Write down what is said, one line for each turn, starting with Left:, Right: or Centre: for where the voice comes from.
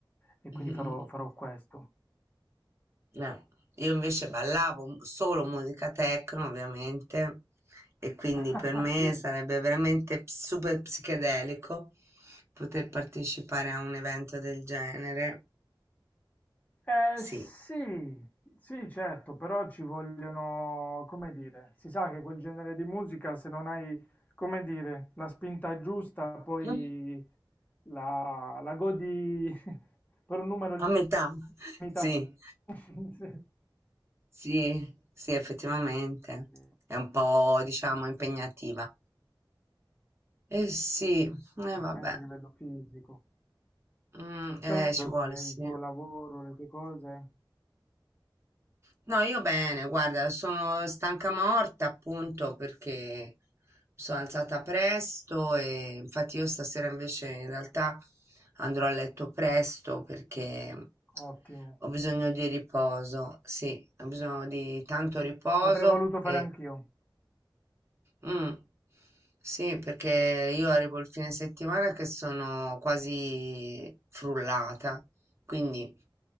Right: <laughs>
Left: e quindi
Right: Mhm.
Left: farò, farò questo.
Right: Eh, Io invece ballavo mu- solo musica techno, ovviamente, e quindi
Left: <laughs>
Right: per me
Left: Sì.
Right: sarebbe veramente ps- super psichedelico poter partecipare a un evento del genere.
Left: Eh,
Right: Sì,
Left: sì, sì, certo, però ci vogliono, come dire, si sa che quel genere di musica, se non hai, come dire, la spinta giusta, poi
Right: <laughs> Mm.
Left: la, la godi per un numero
Right: a metà. <laughs>
Left: limitato
Right: Sì,
Left: <laughs> eh,
Right: sì, sì, effettivamente.
Left: sì,
Right: È un po', diciamo, impegnativa. Eh sì, e
Left: anche
Right: vabbè.
Left: a livello fisico.
Right: Mm, eh,
Left: Te,
Right: ci
Left: il
Right: vuole, sì.
Left: tuo lavoro, le tue cose,
Right: No, io bene, guarda, sono stanca morta appunto perché mi sono alzata presto e infatti io stasera invece in realtà andrò a letto presto perché
Left: ottimo.
Right: ho bisogno di riposo, sì, ho bisogno di tanto riposo
Left: L'avrei voluto fare
Right: e
Left: anch'io.
Right: Mm. Sì, perché io arrivo il fine settimana che sono quasi frullata, quindi